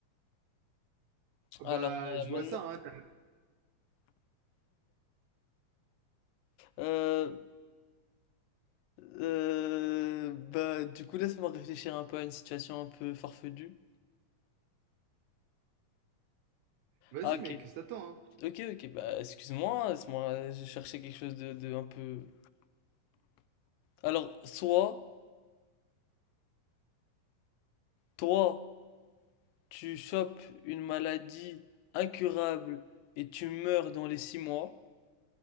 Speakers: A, on the right; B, on the left.
A: Ah
B: Alors,
A: Bah, je
B: euh,
A: vois
B: maintenant,
A: ça, hein. t'as-
B: euh, euh, bah, du coup, laisse-moi réfléchir un peu à une situation un peu farfetue.
A: Vas-y,
B: Ah, ok.
A: mec, je t'attends, hein.
B: Ok, ok, bah, excuse-moi, laisse-moi, euh, je cherchais quelque chose de, de un peu. Alors, soit, toi, tu chopes une maladie incurable et tu meurs dans les six mois